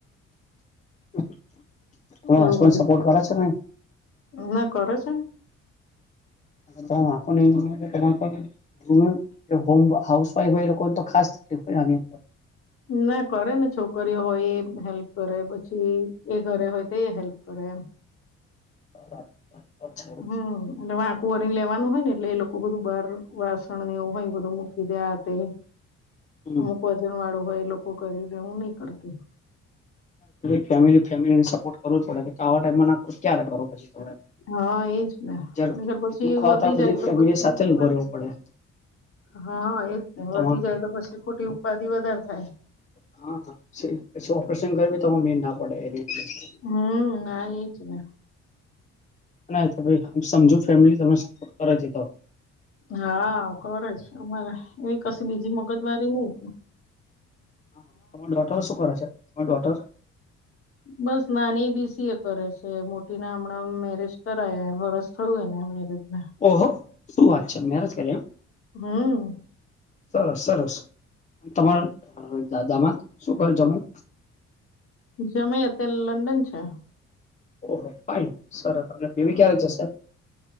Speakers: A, on the left; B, on the left.
A: <inaudible> તમારા
B: એવું
A: હસબન્ડ
B: બધું
A: સપોર્ટ કરે છે
B: ના કરે છે ને
A: <unintelligible> હોમ હાઉસ વાઈફ હોય લોકોને તો ખાસ થતી હોય આની અંદર
B: ના કરે ને છોકરીઓ હોય એ હેલ્પ કરે પછી એ ઘરે હોય તો એ હેલ્પ કરે એમ.
A: બરાબર અચ્છા
B: હમ્મ અને <inaudible> કોરી લેવાનું હોય ને એટલે એ લોકો બધું બાર વાસણ ને એવું હોય બધું મૂકી દેય આ તે
A: હમ
B: અમુક વજન વાળું હોય એ લોકો કરી દે હું નહી કરતી.
A: ફેમિલી ફેમિલીને સપોર્ટ કરવોજ પડે આવા ટાઈમમાં ના કરો તો પછી ક્યારે કરો પછી તમે
B: હા એજ ને
A: જયારે
B: નેતા પછી
A: દુઃખ
B: વધી
A: આવે ત્યારે બધી
B: જાય તો
A: ફેમિલી
B: પછી
A: સાથે
B: એ
A: જ
B: ઉપાધી
A: ઉભો રહેવું પડે
B: હા એજ વધી
A: તમાર
B: જાય તો પછી ખોટી ઉપાધિ વધારે થાય.
A: હા પછી ઓપરેશન કરવી તો મેળ ના પડે એનીં અંદર.
B: હમ્મ ના એજને
A: ના સમજો ફેમિલી તમને સપોર્ટ કરે છે તો
B: હા કર છે અમારે એવી કશી બીજી મગજમારી ની
A: હા તમારી ડોટર શું કરે છે તમારી ડોટર
B: બસ નાની બીસી એ કરે છે મોટી ના હમણાં મેરેજ કરાયા વરસ થયું એને મેરેજ ને
A: ઓહો શું વાત છે મેરેજ કર્યા એમ
B: હમ
A: સરસ સરસ તમારા દામાડ શું કરે જમાય
B: જમાય અત્યારે લંડન છે.
A: ઓહો ફાઈન સરસ અને બેબી ક્યારે જશે.